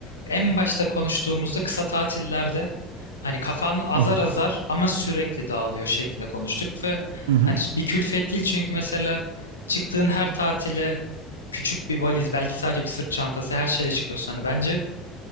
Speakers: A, on the left; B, on the right.
A: en başta konuştuğumuzda kısa tatillerde hani kafan azar
B: hı,
A: azar ama sürekli dağılıyor şeklinde konuştuk ve
B: hı, hı,
A: hani bir külfet değil çünkü mesela çıktığın her tatile küçük bir valiz belki sadece bir sırt çantası her şeyle çıkıyorsun. Hani bence